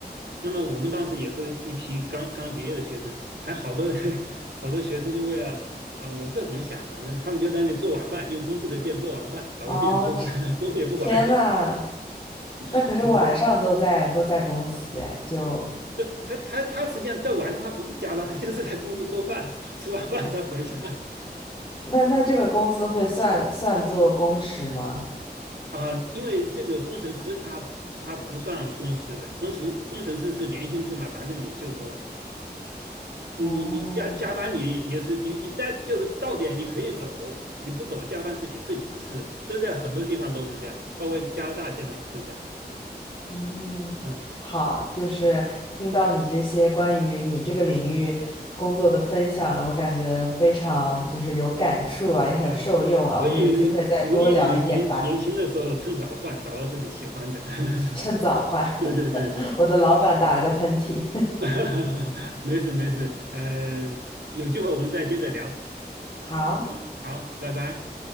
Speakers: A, on the right (about 85°); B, on the left (about 30°).
A: 那么我们当时也是一批刚刚毕业的学生，还好多 <laughs> 好多学生就为了啊，我不知道怎么想，反正他们就在那里做晚饭，用公司的电做晚饭，搞个电炉，
B: 哦，这
A: <laughs> 公司也不管。
B: 天呐，那可是晚上都在都在公司哎，
A: <laughs>
B: 就
A: 不，他他他实际上在晚上他不是加班，他就是在公司做饭，吃完饭再回家
B: 那那这个工资会算算作工时吗？
A: 啊、因为这个工程师他他不算工时的，工时工程师是年薪制嘛，反正你就说你你你加加班你也是你你待就是到点你可以走，
B: 哦，
A: 你不走加班是你自己的事，这在很多地方都是这样，包括加拿大现在也是这样
B: 嗯，
A: 啊
B: 好，就是听到你这些关于你这个领域工作的分享，我感觉非常就是有感触啊，也很受用啊。
A: 啊，所以鼓励你年年轻的时候趁早换，
B: 我们有机会再多聊一点吧，
A: 找到自己喜欢的。<laughs>
B: 趁早换。
A: 对对对对。
B: <laughs> 我的老板打了个喷嚏。
A: <laughs> 没事没事，呃，有机会我们再接着聊。
B: <laughs> 好，
A: 嗯，好，拜拜。